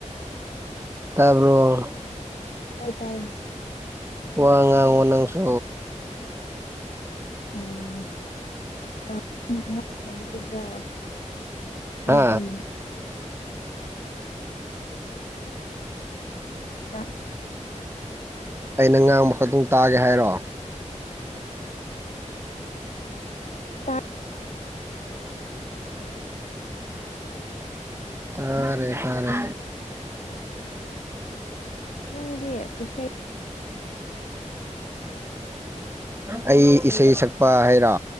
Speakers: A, on the right; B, on the left.
A: ꯇꯥꯕ꯭ꯔꯣ?
B: ꯇꯥꯏ ꯇꯥꯏꯌꯦ꯫
A: ꯋꯥ ꯉꯥꯡꯉꯣ ꯅꯪꯁꯨ
B: ꯑꯣꯝ <unintelligible> ꯑꯩꯗꯤ
A: ꯍꯥ
B: ꯗ <unintelligible>
A: ꯑꯩꯅ ꯉꯥꯡꯕ ꯈꯛꯇꯪ ꯇꯥꯒꯦ ꯍꯥꯏꯔꯣ?
B: ꯇꯥ <unintelligible>
A: ꯇꯥꯔꯦ ꯇꯥꯔꯦ꯫
B: ꯅꯪꯗꯤ ꯏꯁꯩ
A: ꯑꯩ ꯏꯁꯩ ꯁꯛꯄ ꯍꯥꯏꯔꯣ?